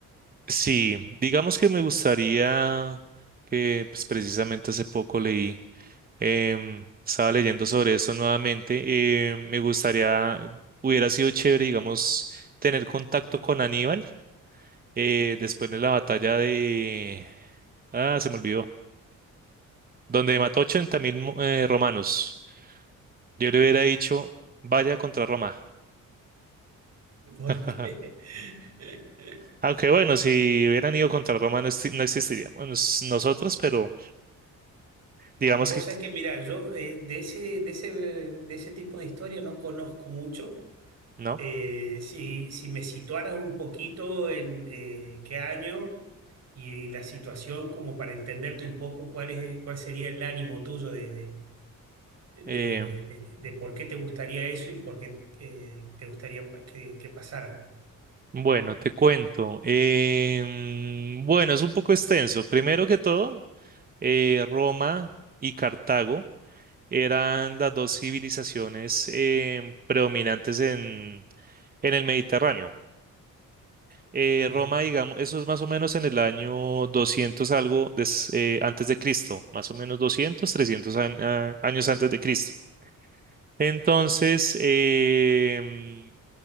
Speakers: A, on the right (about 30°); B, on the right (about 50°).
A: sí, digamos que me gustaría que pues, precisamente hace poco leí, em, estaba leyendo sobre eso nuevamente. eh, me gustaría, hubiera sido chévere, digamos, tener contacto con Aníbal eh, después de la batalla de Ah, se me olvidó. Donde mató ochenta mil eh, romanos. Yo le hubiera dicho, vaya contra Roma.
B: <laughs> Porque
A: <laughs>
B: <laughs>
A: Aunque bueno, si hubieran ido contra Roma no, exi- no existiríamos nos- nosotros, pero digamos
B: Vos
A: que
B: sabés que, mirá, yo eh, de ese, de ese, de ese tipo de historia no conozco mucho.
A: no.
B: Eh, si, si me situaras un poquito en eh, qué año y la situación, como para entenderte un poco cuál es, cuál sería el ánimo tuyo de, de,
A: Eh,
B: de- de- de por qué te gustaría eso y por qué eh, te gustaría pa- que, que pasara.
A: bueno, te cuento. Em, bueno, es un poco extenso. Primero que todo, eh, Roma y Cartago eran las dos civilizaciones em, predominantes en, en el Mediterráneo. Eh,
B: Ajá.
A: Roma, digamos, eso es más o menos en el año doscientos algo des- eh, antes de Cristo, más o menos 200, 300 an- a- años antes de Cristo. Entonces, em,